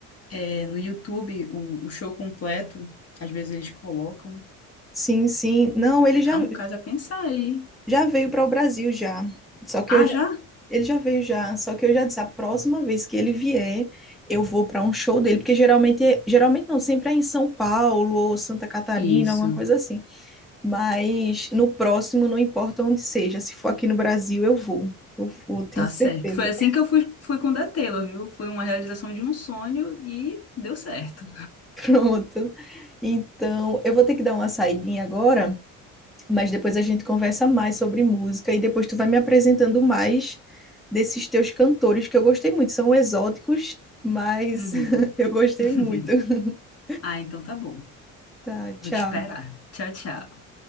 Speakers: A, on the left; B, in the centre.
A: é, no YouTube o, o show completo. Às vezes eles colocam.
B: Sim, sim. Não, ele já,
A: É um caso a pensar aí.
B: já veio para o Brasil já. Só que
A: Ah,
B: eu já.
A: já?
B: Ele já veio já, só que eu já disse, a próxima vez que ele vier, eu vou para um show dele, porque geralmente, é- geralmente não, sempre é em São Paulo ou Santa Catarina,
A: Isso,
B: alguma coisa assim. Mas no próximo, não importa onde seja, se for aqui no Brasil, eu vou. Eu vou, tenho
A: tá
B: certeza.
A: certo. Foi assim que eu fui, fui com o da Taylor, viu? Foi uma realização de um sonho e deu certo.
B: Pronto. Então, eu vou ter que dar uma saidinha agora, mas depois a gente conversa mais sobre música e depois tu vai me apresentando mais desses teus cantores que eu gostei muito. São exóticos, mas
A: Uhum.
B: <laughs> eu gostei
A: <laughs>
B: muito. <laughs>
A: Ah, então tá bom.
B: Tá, tchau.
A: Vou te esperar. Tchau, tchau.